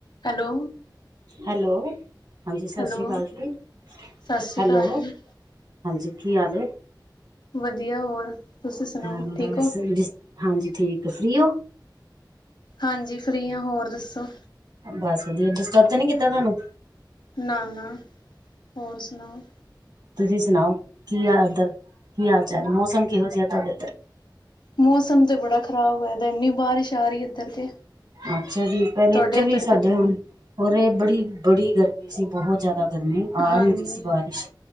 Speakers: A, on the left; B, on the right.
A: ਹੈਲੋ
B: ਹੈਲੋ ਹਾਂਜੀ ਸਾਸਰੀ
A: ਹੈਲੋ
B: ਕਾਲ ਜੀ
A: ਸਤਿ ਸ਼੍ਰੀ
B: ਹੈਲੋ
A: ਅਕਾਲ ਜੀ
B: ਹਾਂਜੀ ਕੀ ਹਾਲ ਏ।
A: ਵਧੀਆ ਹੋਰ ਤੁਸੀਂ ਸੁਣਾਓ
B: ਹਾਂ ਬਸ
A: ਠੀਕ ਓ।
B: ਹਾਂਜੀ ਠੀਕ ਫ੍ਰੀ ਓ।
A: ਹਾਂਜੀ ਫ੍ਰੀ ਆਂ ਹੋਰ ਦੱਸੋ।
B: ਬਸ ਵਧੀਆ ਡਿਸਟਰਬ ਤੇ ਨੀ ਕੀਤਾ ਤਾਨੂੰ।
A: ਨਾ-ਨਾ ਹੋਰ ਸੁਣਾਓ?
B: ਤੁਸੀਂ ਸੁਣਾਓ ਕੀ ਆ ਇੱਧਰ ਕੀ ਹਾਲ ਚਾਲ ਮੌਸਮ ਕਿਹੋ ਜਿਹੇ ਆ ਤੁਹਾਡੇ ਉਧਰ।
A: ਮੌਸਮ ਤੇ ਬੜਾ ਖ਼ਰਾਬ ਹੋਇਆ ਦਾ ਇਨੀ ਬਾਰਿਸ਼ ਆ ਰਹੀ ਇੱਧਰ ਤੇ।
B: ਅੱਛਾ ਜੀ ਪਹਿਲੇ
A: ਤੁਹਾਡੇ
B: ਇੱਥੇ
A: ਉੱਧਰ
B: ਵੀ
A: ਕਿੱਧਰ
B: ਸਾਡੇ ਹੁਣ
A: ਹੈ?
B: ਔਰ ਇਹ ਬੜੀ ਬੜੀ ਗਰਮੀ ਸੀ ਬਹੁਤ ਜ਼ਿਆਦਾ ਗਰਮੀ ਆ
A: ਹਾਂਜੀ
B: ਨੀ ਰਹੀ ਸੀ ਬਾਰਿਸ਼